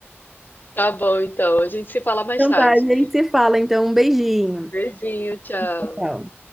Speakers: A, on the left; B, in the centre.
A: Tá bom, então. A gente se fala mais
B: Então
A: tarde.
B: tá, a gente se fala, então um beijinho.
A: Beijinho, tchau.
B: Tchau.